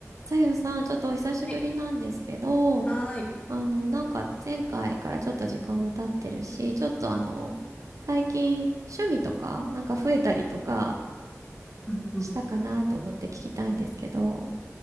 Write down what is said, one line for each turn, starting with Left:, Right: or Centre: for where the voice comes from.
Right: さゆさん、ちょっとお久しぶりなんですけど、
Left: はい。はーい。
Right: あの、なんか前回からちょっと時間も経ってるし、ちょっとあの、最近趣味とか、なんか増えたりとか
Left: うんうん。
Right: したかなと思って聞きたいんですけど。